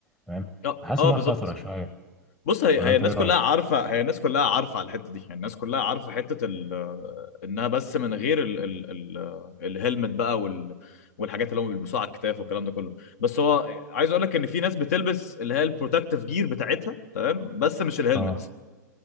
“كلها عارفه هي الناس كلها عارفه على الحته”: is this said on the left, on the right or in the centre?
Left